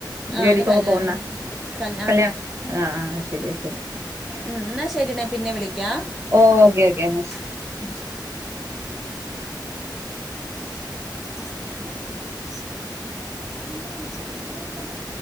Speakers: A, in the centre; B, on the right (about 35°).
A: ആ
B: ജോലിക്കൊക്കെ
A: അവന് കല്യാണം
B: പോകുന്ന
A: കല്യാ
B: കല്യാണം ആഹ് ആഹ് ശരി ശരി
A: ഉം എന്നാ ശരിനാ പിന്നെ വിളിക്കാം
B: ഓക്കെ ഓക്കെ എന്നാ ശരി
A: <unintelligible> ഇല്ല കറക്റ്റ് സമയത്ത് വിളിക്ക്ണത് ഞാനത് ചെയ്തോട്ടടാ